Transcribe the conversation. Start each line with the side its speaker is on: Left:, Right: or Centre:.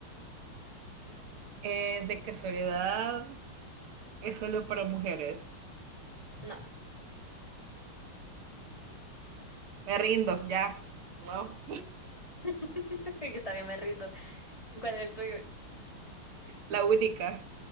Right: Eh, de casualidad es solo para mujeres.
Left: no,
Right: Me rindo, ya. No.
Left: <laughs> yo también me rindo. ¿Cuál era el tuyo?
Right: La única.